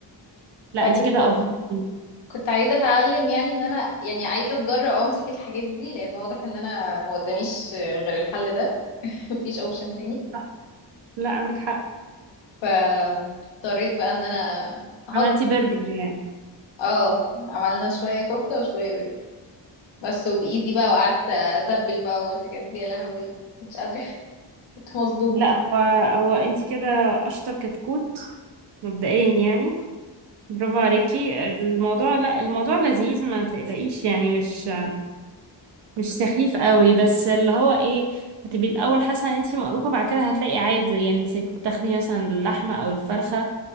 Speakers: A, on the right (about 70°); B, on the left (about 85°).
A: لا
B: وبعدين
A: انت كده
B: ك-
A: ابهرتيني
B: كنت عايزه اتعلم يعني ان انا يعني عايزه اتجرأ وامسك الحاجات دي لان واضح ان انا ما قداميش غير الحل ده <laughs> مفيش اوبشن تاني
A: صح. لا عندك حق
B: فاضطريت بقى ان انا احط
A: عملتي برجر
B: ايدي
A: يعني
B: اه عملنا شوية كفتة وشوية برجر بس وبايدي بقى وقعدت اتبل بقى والحاجات دي يا لهوي مش قادرة <laughs> كنت مصدومة
A: لا هو هو انت كده اشطر كتكوت مبدئيا يعني برافو عليكي الموضوع لا الموضوع لذيذ ما تقلقيش يعني مش مش سخيف قوي بس اللي هو ايه هتبقي الاول حاسه ان انت مقروفه بعد كده هتلاقي عادي يعني انت بتاخدي مثلا اللحمه او الفرخه